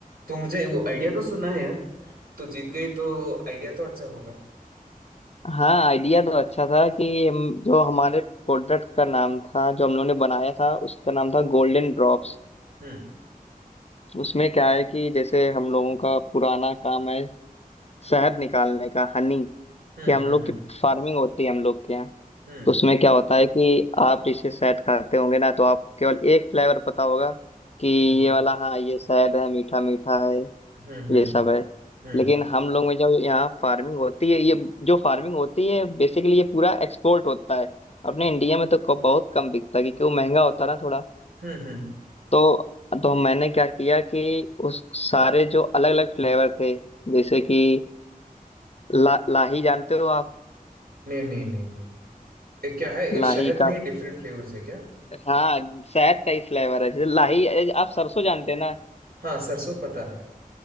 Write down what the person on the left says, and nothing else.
हाँ आइडिया तो अच्छा था कि हम जो हमारे प्रोडक्ट का नाम था जो हम लोगों ने बनाया था उसका नाम था गोल्डन ड्रॉप्स
उसमें क्या है कि जैसे हम लोगों का पुराना काम है शहद निकालने का हनी
कि हम
लोग की फार्मिंग होती है हम लोग के यहाँ
तो उसमें क्या होता है कि आप इसे शहद खाते होंगे ना तो आपको केवल एक फ्लेवर पता होगा कि
ये वाला हाँ ये शहद है मीठा मीठा है
ये सब
है
लेकिन हम लोग में जो यहाँ फार्मिंग होती है ये जो फार्मिंग होती है बेसिकली ये पूरा एक्सपोर्ट होता है अपने इंडिया में तो क- बहुत कम बिकता है, क्योंकि वो महंगा होता है ना थोड़ा
तो तो मैंने क्या किया कि उस सारे जो अलग अलग फ्लेवर थे जैसे कि ला, लाही जानते हो आप
लाही
का
हाँ शहद का ही फ्लेवर है जैसे लाही आप सरसों जानते हैं ना